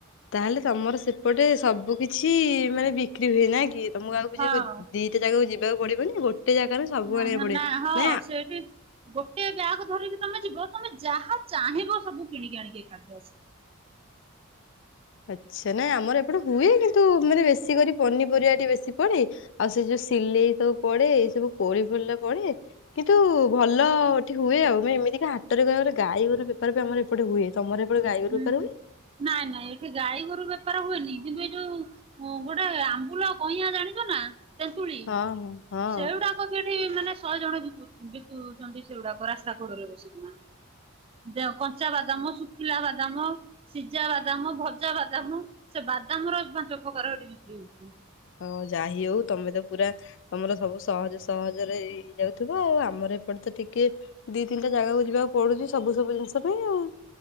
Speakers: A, on the left; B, on the right.
A: ତାହେଲେ ତମର ସେପଟେ ସବୁ କିଛି ମାନେ ବିକ୍ରି ହୁଏ ନା କି ତମକୁ ଆଉ କିଛି
B: ହଁ
A: ଖୋଜି <unintelligible> ଜାଗାକୁ ଯିବାକୁ ପଡିବନି ଗୋଟେ ଜାଗାରୁ ସବୁ
B: ନା
A: ଆଣିବାକୁ ପଡିବେ
B: ନା ହଁ
A: ନାଇଁ ଆ
B: ସେଇଠି। ଗୋଟେ ବ୍ୟାଗ ଧରିକି ତମେ ଯିବ ତମେ ଯାହା ଚାହିଁବ ସବୁ କିଣିକି ଆଣିକି ଏକାଥରେ ଆସିବ।
A: ଆଚ୍ଛା ନାଇଁ ଆମର ଏପଟେ ହୁଏ କିନ୍ତୁ ମାନେ ବେଶୀ କରି ପନିପରିବା ବେଶୀ ପଡେ। ଆଉ ସେ ଯୋଉ ସିଲେଇ ସବୁ ପଡେ ଏଇ ସବୁ <unintelligible> ପଡେ। କିନ୍ତୁ ଭଲ ଏଠି ହୁଏ, ଆଉ ଏମିତିକା ହାଟରେ ଆମର ଗାଈ ଗୋର ବେପାର ବି ଆମର ଏପଟ ହୁଏ ତମର ସେପଟ ଗାଈ ଗୋରୁ
B: ହୁଁ
A: ବେପାର
B: ହୁଁ
A: ହୁଏ।।
B: ନାଇଁ ନାଇଁ ଏଠି ଗାଈଗୋରୁ ବେପାର ହୁଏନି କିନ୍ତୁ ଏ ଯୋଉ ଗୋଟେ ଆମ୍ବୁଲ କଇଁଆ ଜାଣିଛ ନା ତେନ୍ତୁଳି
A: ହଁ ହଁ।
B: ସେଗୁଡାକ ଏଠି ମାନେ ଶହେ ଜଣ ବିକୁ- ବିକୁଛନ୍ତି ସେଗୁଡାକ ରାସ୍ତା କୋଡରେ ବସିକିନା। ଦେ କଞ୍ଚା ବାଦାମ, ଶୁଖିଲା ବାଦାମ। ସିଜା ବାଦାମ, ଭଜା ବାଦାମ। ସେ ବାଦାମ ର ପାଞ୍ଚ ପ୍ରକାର ସେଠ ବିକ୍ରି ହେଉଛି।
A: ଓହୋ ଯାଇ ହଉ ତମେ ତ ପୁରା ତମର ସବୁ ସହଜ ସହଜରେ ହେଇଯାଉଥିବ, ଆଉ ଆମର ଏପଟେ ତ ଟିକେ ଦି, ତିନିଟା ଜାଗାକୁ ଯିବାକୁ ପଡୁଛି ସବୁ ସବୁ ଜିନିଷ ପାଇଁ ଆଉ।